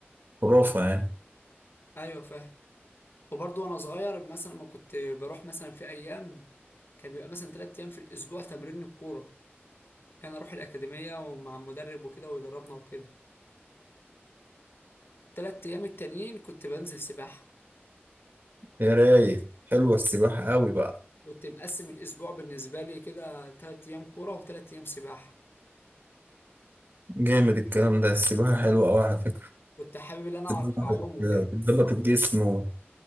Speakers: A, on the right; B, on the left.
A: خرافة
B: آه.
A: يعني
B: ايوه فاهم وبرضه وانا صغير مثلا ما كنت بروح مثلا في ايام كان بيبقى مثلا ثلاث ايام في الاسبوع تمرين الكوره انا اروح الاكاديميه ومع المدرب وكده ويدربنا وكده ثلاث ايام التانيين كنت بنزل سباحه
A: يا رايق حلوة السباحة قوي بقى
B: كنت مقسم الاسبوع بالنسبه لي كده ثلاث ايام كوره وثلاث ايام سباحه
A: جامد الكلام ده السباحة حلوة قوي على فكرة
B: كنت حابب ان انا اعرف
A: بتظبط
B: اعوم وكده
A: بتظبط الجسم و-